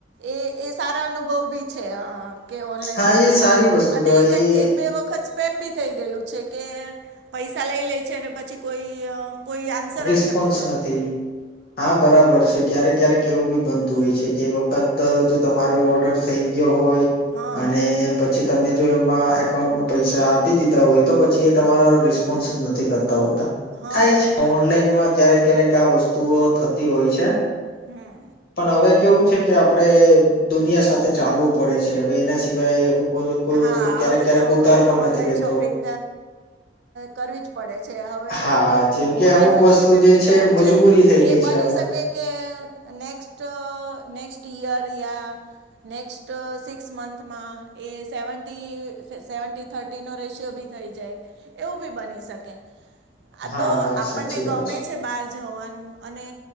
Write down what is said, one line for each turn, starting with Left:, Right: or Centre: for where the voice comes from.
Right: એ એ સારા અનુભવ બી છે કે ઓનલાઈન
Left: હા
Right: શોપિંગમાં
Left: એ સારી વસ્તુ
Right: અને
Left: કહેવાય
Right: એકા
Left: એ
Right: એક બે વખત એમ બી થઈ ગયેલું છે કે પૈસા લઈ લે છે ને પછી કોઈ કોઈ આન્સર
Left: રિસ્પોન્સ
Right: જ કરતું
Left: નથી. હા બરાબર છે ક્યારેક ક્યારેક કેવું બી બનતું હોય છે કે એક વખત જો તમારો ઓર્ડર થઈ ગયો હોય
Right: હા
Left: અને પછી તમે જો એમાં એકાઉન્ટમાં પૈસા આપી દીધા હોય તો પછી એ તમારા રિસ્પોન્સ જ નથી કરતા હોત.
Right: હા
Left: થાય છે
Right: બરાબર
Left: ઓનલાઈનમાં ક્યારેક ક્યારેક આ વસ્તુઓ થતી હોય છે.
Right: હમ.
Left: પણ હવે કેવું છે કે આપડણે દુનિયા સાથે ચાલવું પડે છે હવે એના સિવાય અમુક કોઈ કોઈ
Right: હા
Left: વસ્તુ ક્યારેક
Right: હવે
Left: ક્યારેક
Right: તો
Left: ઉધાર
Right: હવે તો
Left: પણ
Right: ઓનલાઈન
Left: નથી લેતો
Right: શોપિંગ કરવી જ પડે છે. હવે
Left: હા
Right: તો
Left: જેમ
Right: હું
Left: કે અમુક
Right: જે ફિફ્ટી
Left: વસ્તુ
Right: ફિફ્ટી
Left: જે
Right: કરું
Left: મજબૂરી
Right: છે
Left: થઈ ગઈ
Right: એ બની
Left: છે હવે
Right: શકે કે નેક્સ્ટને નેક્સ્ટ ઈયર યા નેક્સ્ટ સિક્સ મંથમાં એ સેવન્ટી સેવન્ટી થર્ટીનો રેશિયો બી થઈ જાય એવું બી બની શકે. આ
Left: હા
Right: તો આપણને
Left: સાચી વાત
Right: ગમે છે બાર જવાનું અને